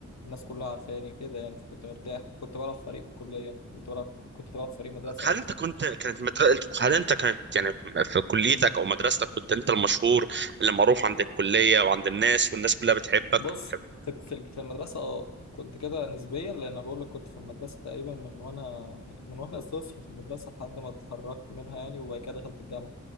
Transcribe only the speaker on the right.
هل
انت كنت كانت مدر... انت- هل انت كانت يعني في كليتك او مدرستك كنت انت المشهور اللي معروف عند الكليه وعند الناس والناس كلها بتحبك
بتحب